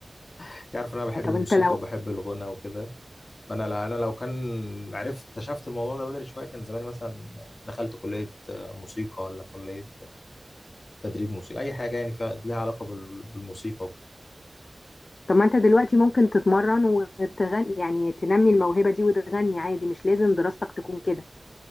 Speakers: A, on the left (about 65°); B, on the left (about 75°).
A: <laughs> انت عارف إن انا بحب
B: آه، طب
A: الموسيقى
B: انت لو
A: وبحب الغنى وكده فانا لا انا لو كان عرفت اكتشفت الموضوع ده بدري شويه كان زماني مثلا دخلت كليه آه، موسيقى ولا كليه تدريب موسيقى اي حاجه يعني فيها لها علاقه بال- بالموسيقى وكده
B: طب ما انت دلوقتي ممكن تتمرن وتغني يعني تنمي الموهبه دي وتغني عادي مش لازم دراستك تكون كده